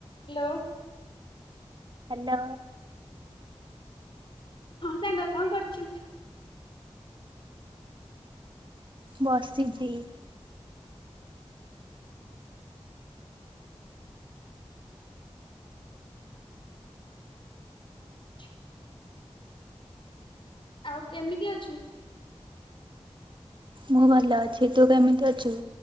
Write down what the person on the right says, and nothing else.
ହ୍ୟାଲୋ
ବସିଛି। <inaudible>
ମୁଁ ଭଲ ଅଛି ତୁ କେମିତି ଅଛୁ?